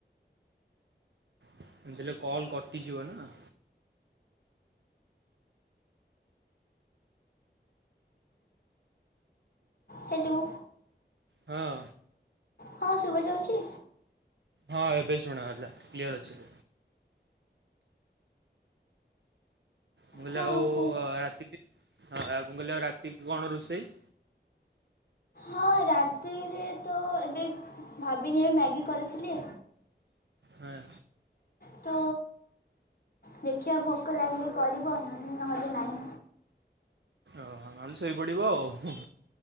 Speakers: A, on the right; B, on the left.
A: ଏମତି ହେଲେ କଲ୍ କଟିଯିବ ନା।
B: ହ୍ୟାଲୋ।
A: ହଁ।
B: ହଁ ଶୁଭାଯାଉଛି?
A: ହଁ ଏବେ ଶୁଣ ଗଲା କ୍ଲିୟର ଅଛି। ମୁଁ କହିଲି
B: ହଁ
A: ଆଉ
B: କୁହ।
A: ରାତିକି ଆ, ମୁଁ କହିଲି ଆଉ ରାତିକି କଣ ରୋଷେଇ?
B: ହଁ ରାତିରେ ତ ଏବେ ଭାବିନି, ଏବେ ମ୍ୟାଗି କରିଥିଲି।
A: ହଁ।
B: ତ ଦେଖିବା ଭୋକ ଲାଗିଲେ କରିବା ନହେଲେ ନାହିଁ।
A: ଓହୋ ନହେଲେ ଶୋଇପଡିବ ହୁଁ।